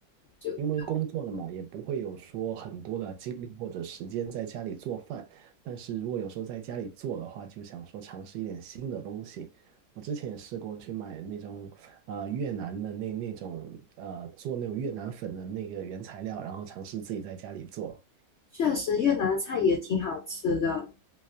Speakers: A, on the left; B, on the right.
A: 就
B: 因为工作了嘛，也不会有说很多的精力或者时间在家里做饭。但是如果有时候在家里做的话，就想说尝试一点新的东西。我之前也试过去买那种呃越南的那那种呃做那种越南粉的那个原材料，然后尝试自己在家里做，
A: 确实越南的菜也挺好吃的，